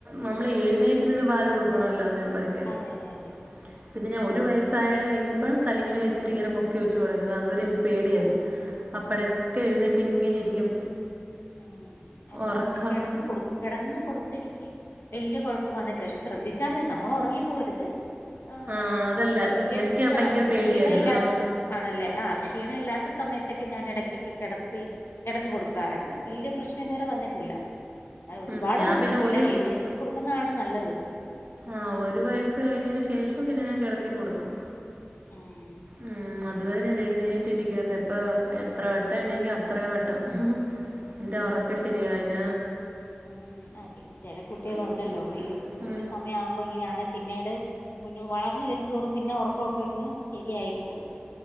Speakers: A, on the right (about 40°); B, on the left (about 70°).
A: നമ്മൾ എഴുന്നേറ്റിരുന്ന് പാല് കൊടുക്കണല്ലോന്ന് അതൊക്കപിന്നെ
B: അതെ അതെ അതെ ഉം
A: ഞാൻ ഒരു വയ സായ കഴിഞ്ഞപ്പം തലിണി വച്ചിട്ട് ഇങ്ങന പൊക്കെച്ച്ടുക അതുവരെനിക്ക് പേടിയായിരുന്നു
B: ആഹ്
A: അപ്പഴൊക്കെ എഴുന്നേറ്റ്ഇങ്ങനെ ഇരിക്കും
B: ഉ ഞാൻ
A: ഉറക്കം
B: പിന്നെ കിടന്ന് കൊടു കിടന്ന് കൊടു എനിക്ക് വലിയ കുഴപ്പം വന്നിട്ടില്ല പക്ഷെ ശ്രദ്ധിച്ചാൽ മതി നമ്മള ഉറങ്ങിപ്പോരുത് ആ
A: ആഹ് അതല്ല
B: വലിയ
A: എനിക്ക്
B: ആ്
A: ഭയങ്കര
B: നമുക്ക്
A: പേടിയായിരുന്നു
B: ക്ഷീണം ഇല്ലാത്ത
A: ആഹ്
B: ആണല്ലേ ആ ക്ഷീണം ഇല്ലാത്ത സമയത്തൊക്കെ ഞാൻ ഇടയ്ക്കൊക്കെ കിടത്തി കിടന്നു കൊടുക്കാറുണ്ട് വല്ല്യ പ്രശ്നം ഇതുവരെ വന്നിട്ടില്ല ഒരുപാട്
A: ഉം ഞാൻ
B: കൊടുത്തിട്ടില്ല
A: പിന്നെ ഒരു
B: എഴുന്നേറ്റിട്ട് കൊടുക്കുന്നതാണ് നല്ലത്
A: ആ ഒരു വയസ്സ് കഴിഞ്ഞന് ശേഷം പിന്നെ ഞാൻ കിടത്തി കൊടുക്കും
B: ഉം
A: ഉം അതുവരെ ഞാൻ എഴുന്നേറ്റിരിക്കായിരരുന്നു ഇപ്പം എത്ര വട്ടം എണീക്കും അത്രയും വട്ടം എന്റെ ഉറക്കെ ശെരിയായില്ല
B: ഉം ആ പിന്നെ ചില കുട്ടികൾ
A: ഇരിക്കും
B: ഉണ്ടല്ലോ ഈ
A: ഉം
B: ഒരു സമയം ആവുമ്പോ ഇങ്ങനെയാണ പിന്നീട് മുന്ന വളർന്ന വരും തോറും പിന്നെ ഉറക്കമൊക്കെ അങ്ങ് ശരിയയിക്കോളു